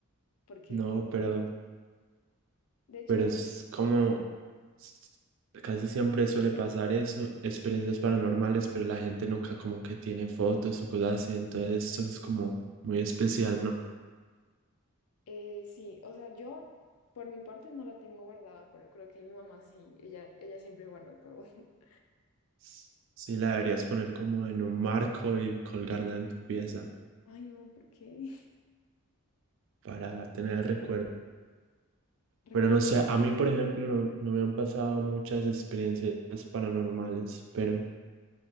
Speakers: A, on the left; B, on the right.
A: porque
B: No,
A: que-
B: pero
A: de hecho,
B: pero es como s- casi siempre suele pasar eso, experiencias paranormales, pero la gente nunca como que tiene fotos o cosas así, entonces eso es como muy especial, ¿no?
A: eh, sí, o sea, yo por mi parte no la tengo guardada, pero creo que mi mamá sí, ella, ella siempre guarda todo. <laughs>
B: S- Sí, la deberías poner como en un marco y colgarla en tu pieza
A: Ay, no, porque <laughs>
B: para tener el recuerdo.
A: recuerdo,
B: Pero no sé, a mí, por ejemplo, no, no me han pasado muchas experiencias paranormales, pero